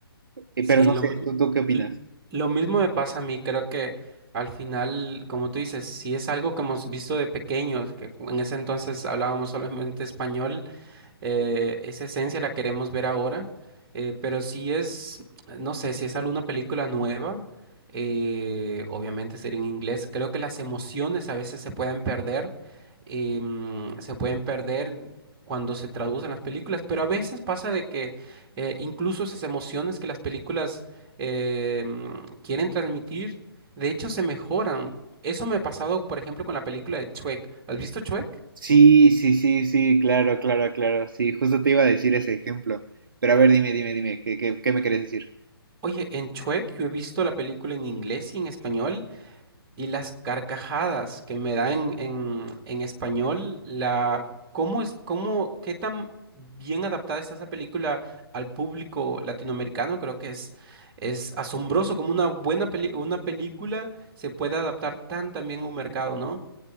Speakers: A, on the right (about 55°); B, on the right (about 25°).
A: Eh,
B: Sí,
A: Pero no
B: lo
A: sé,
B: mismo,
A: ¿tú, tú qué opinas?
B: l- lo mismo me pasa a mí. Creo que al final, como tú dices, si es algo que hemos visto de pequeños, que cu- en ese entonces hablábamos solamente español, eh, esa esencia la queremos ver ahora, eh, pero si es, no sé, si es alguna película nueva, eh, obviamente sería en inglés. Creo que las emociones a veces se pueden perder, em, se pueden perder cuando se traducen las películas, pero a veces pasa de que eh, incluso esas emociones que las películas em, quieren transmitir, de hecho se mejoran. Eso me ha pasado, por ejemplo, con la película de Shrek. ¿Has visto Shrek?
A: Sí, sí, sí, sí, claro, claro, claro, sí, justo te iba a decir ese ejemplo, pero a ver, dime, dime, dime, ¿qué, qué, qué me querés decir?
B: Oye, en Shrek yo he visto la película en inglés y en español y las carcajadas que me dan en, en en español, la, ¿cómo es, cómo, qué tan bien adaptada está esa película al público latinoamericano? Creo que es, es asombroso como una buena peli- una película se puede adaptar tan tan bien a un mercado, ¿no?